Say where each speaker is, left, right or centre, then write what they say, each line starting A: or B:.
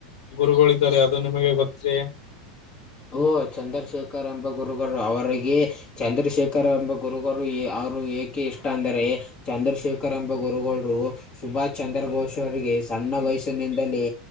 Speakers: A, on the left; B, on the left.
A: ಗುರುಗಳು ಇದ್ದಾರೆ ಅದು ನಿಮಗೆ ಗೊತ್ತೇ
B: ಓ ಚಂದ್ರಶೇಖರ್ ಎಂಬ ಗುರುಗಳು ಅವರಿಗೆ ಚಂದ್ರಶೇಖರ್ ಎಂಬ ಗುರುಗರು ಅವ್ರು ಏಕೆ ಇಷ್ಟ ಅಂದರೆ ಚಂದ್ರಶೇಖರ್ ಎಂಬ ಗುರುಗಳೂ ಸುಭಾಷ್ ಚಂದ್ರ ಬೋಸ್ ಅವರಿಗೆ ಸಣ್ಣ ವಯಸ್ಸಿನಿಂದಲೇ